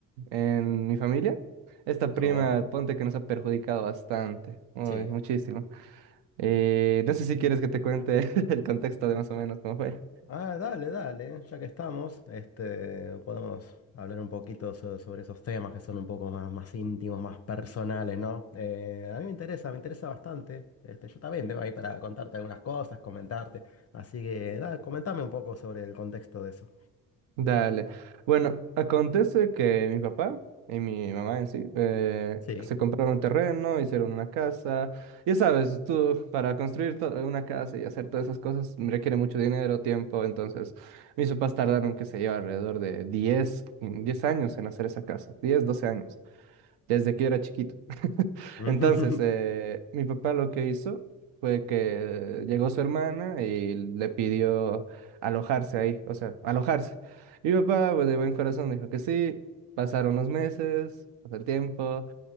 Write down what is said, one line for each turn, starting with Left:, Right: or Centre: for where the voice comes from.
Right: en mi familia, esta prima,
Left: Oh,
Right: ponte que nos ha perjudicado bastante, uy,
Left: sí.
Right: muchísimo, y no sé si quieres que te cuente <laughs> el contexto de más o menos cómo fue.
Left: Ah, dale, dale, ya que estamos, este, podemos hablar un poquito so- sobre esos temas que son un poco más, más íntimos, más personales, ¿no? Eh, a mí me interesa, me interesa bastante. Este, yo también tengo ahí para contarte algunas cosas, comentarte. Así que, nada, comentame un poco sobre el contexto de eso.
Right: Dale. Bueno, acontece que mi papá y mi mamá en sí eh,
Left: Sí.
Right: se compraron un terreno, hicieron una casa. Ya sabes, tú para construir to- una casa y hacer todas esas cosas requiere mucho dinero, tiempo. Entonces, mis papás tardaron, qué sé yo, alrededor de diez diez años en hacer esa casa, 10 12 años desde que yo era chiquito. <laughs>
Left: <laughs>
Right: Entonces, eh, mi papá lo que hizo fue que llegó su hermana y le pidió alojarse ahí, o sea, alojarse. Mi papá, pues, de buen corazón, dijo que sí. Pasaron los meses, pasó el tiempo.